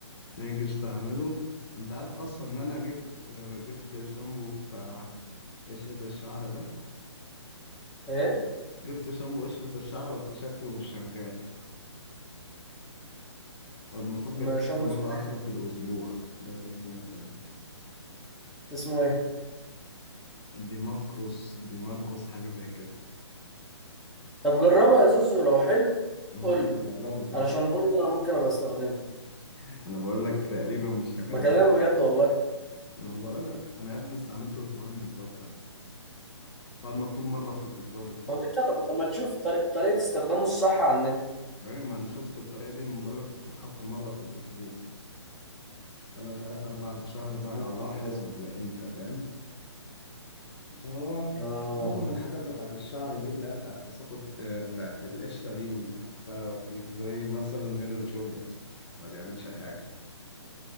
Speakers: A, on the left; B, in the centre.
A: نيجي استعمله انت عارف اصلا ان انا جبت آه، جبت شامبو بتاع قشرة الشعر ده
B: ايه
A: جبت شامبو قشرة الشعر بس شكله مش شغال والمفروض بيتحط
B: عشان
A: مرة
B: بس اسمه ايه
A: واحدة في الأسبوع ده اللي سمعته يعني
B: اسمه ايه
A: ديماكروس ديماركوس حاجة زي كده
B: طب جربها يا زوزو لو حلو
A: أنا
B: قول
A: يا ابني
B: لي
A: جربه
B: علشان برضه انا ممكن ابقى استخدمه
A: <laughs> أنا بقول لك تقريبا مش شغال
B: بكلمك
A: معايا.
B: بجد والله
A: أنا بقول لك أنا يا ابني استعملته أسبوعين بالظبط يعني. هو المفروض مرة في الأسبوع بتحط
B: طب انت طب ما تشوف طريق- طريقة استخدامه الصح على النت
A: أيوة ما أنا شفت الطريقة دي من بقول لك بتتحط مرة في الأسبوع فأنا مش عارف هل بعد شهر بقى
B: <laughs>
A: ألاحظ ولا
B: اه
A: إمتى فاهم هو
B: اه
A: معظم الحاجات بتاعت الشعر دي اللي هي بتاعت تساقط آه، بتاعت القشرة دي بحسها في زي مثلا هيدن شولدرز ما بيعملش حاجة